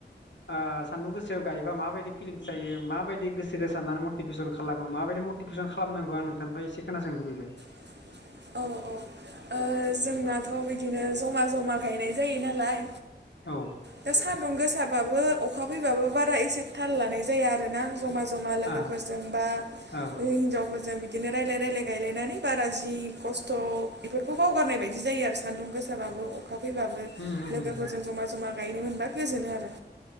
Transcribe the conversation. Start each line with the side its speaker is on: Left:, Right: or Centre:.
Left: ओ सान्दुं गोसोआव गायोबा माबायदि फिलिंस जायो माबायदि गोसोखौ साननानै मटिभेसन खालामो माबायदि मटिभेसन खालामनांगौ आं नोंथांनिफ्राय इसे खोनासंनो लुबैबाय।
Right: <inaudible> औ औ ओ जोंनाथ' बिदिनो जमा जमा गायनाय जायो नालाय
Left: औ
Right: दा सान्दुं गोसाबाबो अखा फैबाबो बारा एसे थाल लानाय जाया आरोना ज'मा ज'मा लोगोफोरजों
Left: आ
Right: बा
Left: औ
Right: हिनजावफोरजों बि बिदिनो रायलाय रायलाय गायलायनानै बारा जि खस्थ' बेफोरखौ बावगारनाय बायदि जायो आरो सान्दुं गोसाबाबो अखाफैबाबो
Left: होम होम
Right: लोगोफोरजों जमा जमा गायनो मोनबा गोजोनो आरो